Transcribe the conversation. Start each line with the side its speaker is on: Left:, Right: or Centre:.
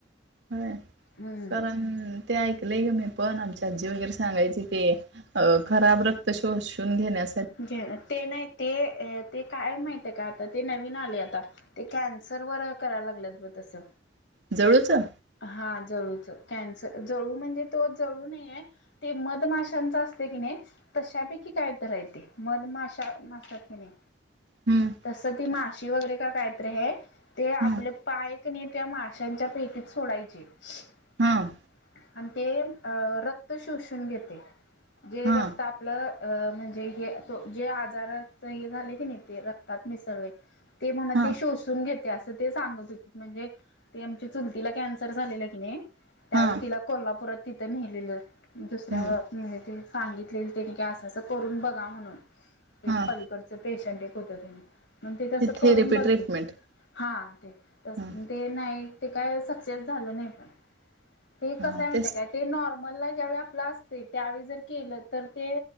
Right: होय
Left: हम्म
Right: कारण ते ऐकलेय गे मी. पण आमची आजी वगैरे सांगायची ते खराब रक्त शोषून घेण्या.
Left: घे ते नाही ते ते काय माहिती. का आता ते नवीन आले आता ते कॅन्सर व करायला लागलेत ब तसं.
Right: जळूच हं
Left: हा जळूच. कॅन्सर जळू म्हणजे तो जळू नाही आहे ते मधमाशांचा असते की नाही. तशापैकी काय तर राहते मन माशा मासात की नाही
Right: हं
Left: तस ती मास. माशी वगैरे का कायत हे ते
Right: हं
Left: आपले पायकने त्या माशांच्या पेटीत सोडायचे. ह.
Right: हं
Left: आणि ते अ रक्त शोषून घेते जे
Right: हं
Left: रक्त आपलं. अ म्हणजे हे जे आजार हे झाले की नाही ते रक्तात मिसळले. ते म्हणा
Right: हं
Left: ते शोषून घेते असं ते सांगत होते म्हणजे ते आमच्या चुलतीला कॅन्सर झालेला की नाही. त्यावेळी
Right: हं
Left: तिला कोल्हापुरात तिथं नेहिलेलं दुसऱ्या
Right: हं
Left: म्हणजे ते. सांगितलेल त्यांनी का असं असं करून बघा म्हणून ते
Right: हं
Left: पलीकडचं. पेशंट आहे कुठती. मग ते तसं
Right: ती थेरपी
Left: करून बघे
Right: ट्रीटमेंट
Left: हा ते त
Right: हं
Left: ते नाही. ते काय सक्सेस झालं नाही पण ते
Right: हं
Left: कसं आहे माळते
Right: तेच
Left: काय ते नॉर्मलला ज्यावेळी आपला अस. त्यावेळी जर केलं तर ते